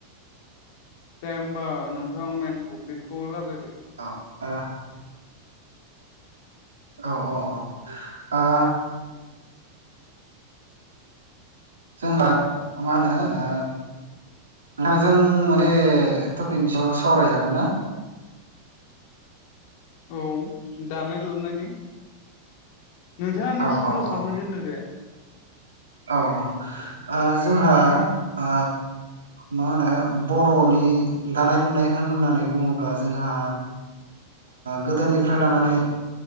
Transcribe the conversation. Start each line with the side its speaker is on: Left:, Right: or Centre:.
Left: दे होमबा नोंथाङा मेन टपिकखौ रायलायदो
Right: अ आ औ औ औ आ जोंहा मा होनो ओ नोंथांजों माने टपिकनि सायाव सावरायजागोन ना
Left: औ दानाय लुनायनि नोंथाङानो
Right: औ
Left: सुजु
Right: औ औ
Left: खालामजेननो दे
Right: औ
Left: उम
Right: ओ जोंहाओ मा होनो बर'नि दानाय लुनाय होननानै बुङोब्ला जोंहा गोदोनिफ्राय लानानै